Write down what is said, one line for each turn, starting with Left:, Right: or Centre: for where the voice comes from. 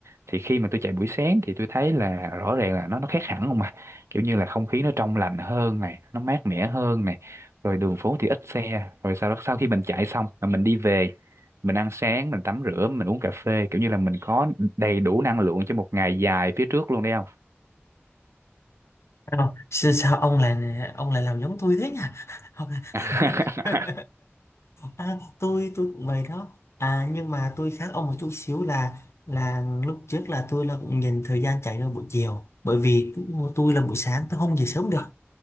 Right: thì khi mà tôi chạy buổi sáng thì tôi thấy là rõ ràng là nó nó khác hẳn không mà kiểu như là không khí nó trong lành hơn này nó mát mẻ hơn này rồi đường phố thì ít xe rồi sau đó sau khi mình chạy xong mà mình đi về mình ăn sáng mình tắm rửa mình uống cà phê kiểu như là mình có đầy đủ năng lượng cho một ngày dài phía trước luôn đấy không
Left: thấy không? sao sao ông lại ông lại làm giống tôi thế nhỉ <laughs>
Right: <laughs>
Left: <laughs> à, tôi tôi cũng vậy đó à nhưng mà tôi khác ông một chút xíu là là lúc trước là tôi là cũng nhìn thời gian chạy ra buổi chiều bởi vì tôi tôi là buổi sáng tôi không dậy sớm được